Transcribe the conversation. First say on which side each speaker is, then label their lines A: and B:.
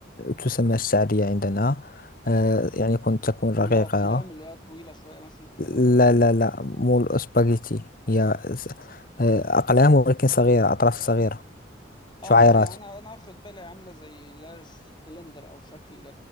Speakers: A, on the left (about 45°); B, on the left (about 25°).
A: تسمى الشعرية عندنا آه، يعني يكون تكون
B: مكرونة
A: رقيقة
B: اقلام اللي هي طويلة شوية مثلا او كده
A: لا لا لا مو الأسباجيتي هي آه، أقلام ولكن صغيرة أطراف صغيرة
B: اه
A: شعيرات
B: آه، لا انا انا واخد بالي عاملة زي لا سلندر او شكل